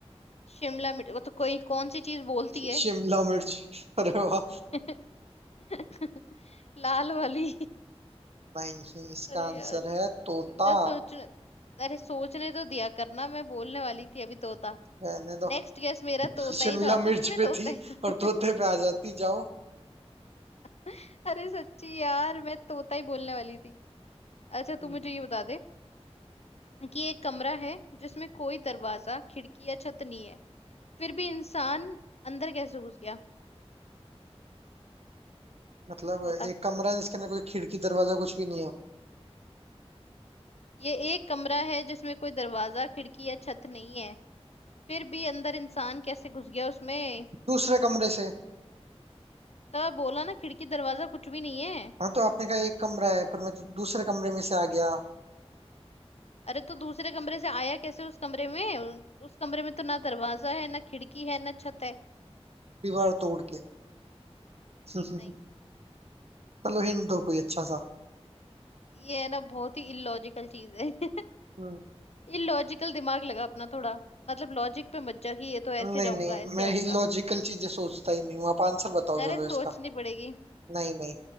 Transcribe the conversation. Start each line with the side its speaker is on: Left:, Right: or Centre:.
Left: शिमला मिर्च वो तो कोई कौन सी चीज बोलती है
Right: शिमला मिर्च <laughs> अरे वाह
Left: <laughs> लाल वाली
Right: नहीं इसका
Left: अरे
Right: आंसर
Left: यार
Right: है तोता
Left: जब सोचने अरे सोचने तो दिया करना मैं बोलने वाली थी अभी तोता
Right: रहने दो
Left: नेक्स्ट गेस मेरा तोता
Right: शिमला
Left: ही था
Right: मिर्च
Left: सच में
Right: पे
Left: तोता
Right: थी
Left: ही था
Right: और तोते पे आ जाती जाओ
Left: <laughs> अरे सच्ची यार मैं तोता ही बोलने वाली थी अच्छा
Right: हम्म,
Left: तू मुझे ये बता दे कि एक कमरा है जिसमें कोई दरवाजा खिड़की या छत नहीं है फिर भी इंसान अंदर कैसे घुस गया
Right: मतलब
Left: बता
Right: एक कमरा है जिसके अंदर कोई खिड़की दरवाजा कुछ भी नहीं है
Left: ये एक कमरा है जिसमें कोई दरवाजा खिड़की या छत नहीं है फिर भी अंदर इंसान कैसे घुस गया उसमें
Right: दूसरे कमरे से
Left: तब बोला ना खिड़की दरवाजा कुछ भी नहीं है
Right: हाँ तो आपने कहा एक कमरा है पर मैं तो दूसरे कमरे में से आ गया
Left: अरे तो दूसरे कमरे से आया कैसे उस कमरे में उ- उस कमरे में तो ना दरवाजा है ना खिड़की है ना छत है
Right: दीवार तोड़ के <laughs>
Left: नहीं
Right: चलो हिंट दो कोई अच्छा सा
Left: ये है ना बहुत ही इलॉजिकल चीज है <laughs>
Right: हम्म,
Left: इलॉजिकल दिमाग लगा अपना थोड़ा मतलब लॉजिक पे मत जा कि ये तो ऐसे
Right: नहीं
Left: जाऊंगा
Right: नहीं
Left: ऐसे
Right: मैं
Left: आऊंगा
Right: ही लॉजिकल चीजें सोचता ही नहीं हूँ आप आंसर बताओ चलो
Left: अरे सोचनी
Right: इसका
Left: पड़ेगी
Right: नहीं नहीं